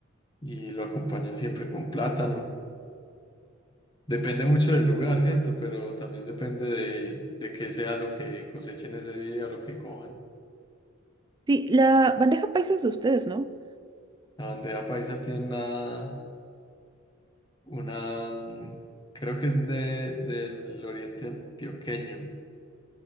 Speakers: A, on the left; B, on the right.
A: y lo acompañan siempre con plátano. Depende mucho
B: Eh,
A: del lugar, ¿cierto? Pero también depende de, de qué sea lo que cosechen ese día, o lo que cojan.
B: Sí, la bandeja paisa es de ustedes, ¿no?
A: La bandeja paisa tiene una, una, mm, creo que es de, del oriente antioqueño